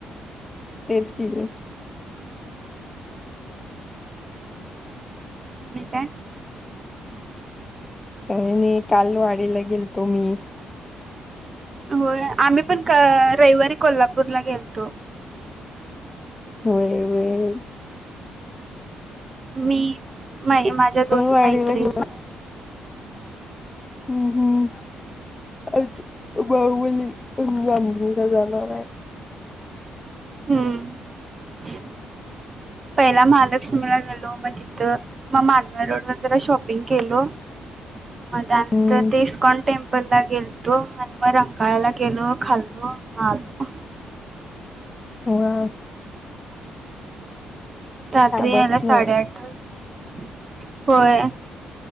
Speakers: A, on the left (about 20°); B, on the right (about 30°).
A: तेच कि.
B: होय काय?
A: काही नाही काल वाडीला गेलतो मी.
B: होय आम्ही पण रविवारी कोल्हापूरला गेलतो.
A: होय होय.
B: मी. माई माझ्या दोन
A: हो वाडीला
B: मैत्रिणी
A: गेलतो. हम्म हम्म. आज बाहुबली रामलिंगला जाणारे.
B: हम्म पहिला महालक्ष्मीला गेलो, मग तिथं, मग माधवा रोड वर जरा शॉपिंग केल, मग त्यानंतर
A: हम्म
B: ते इस्कॉन टेम्पल ला गेलतो आणि मग रंकाळाला गेलो, खाल्लो म आलो.
A: हो या.
B: रात्री यायला
A: बसन
B: साडेआठ वाजले. होय